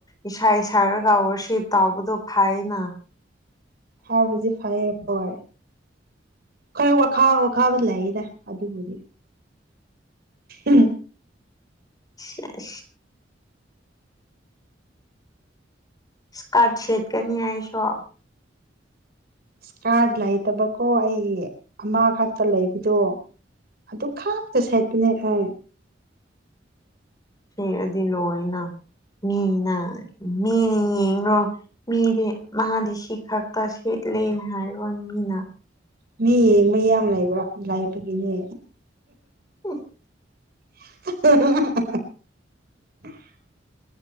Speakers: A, on the left; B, on the right.
A: ꯏꯁꯥ ꯏꯁꯥꯔꯒ ꯔꯁꯤꯞ ꯇꯥꯎꯕꯗꯣ ꯐꯥꯏꯅ
B: ꯐꯥ ꯖꯤ ꯐꯥꯏ ꯍꯣꯏ ꯈꯣꯏ ꯋꯥꯈꯥ ꯋꯥꯈꯥꯗ ꯂꯩꯗ ꯑꯗꯨꯕꯨꯗꯤ ꯎꯝ
A: ꯑ ꯏꯁꯀꯥꯔꯠ ꯁꯦꯠꯀꯅꯤ ꯍꯥꯏꯁꯨ
B: ꯏꯁ ꯀꯥꯔꯠ ꯂꯩꯇꯕꯀꯣ ꯑꯩꯒꯤ ꯑꯃꯈꯛꯇ ꯂꯩꯕꯗꯣ ꯑꯗꯨ ꯈꯥꯛꯇ ꯁꯦꯠꯇꯨꯅꯦ ꯑꯦ
A: ꯐꯦꯔꯗꯤ ꯂꯣꯏꯣꯏꯅ ꯃꯤ ꯃꯤꯅꯤꯣ ꯃꯦꯗꯤ ꯃꯥꯗꯤꯁꯤ ꯈꯥꯛ ꯇꯁꯦ ꯄꯂꯅ ꯍꯥꯏꯔꯣꯅꯤ ꯃꯤꯅꯥ
B: ꯃꯤ ꯌꯦꯡꯕ ꯌꯥꯝ ꯂꯩꯕ ꯂꯥꯏꯄꯒꯤꯅꯦ
A: ꯎꯝ
B: <inaudible>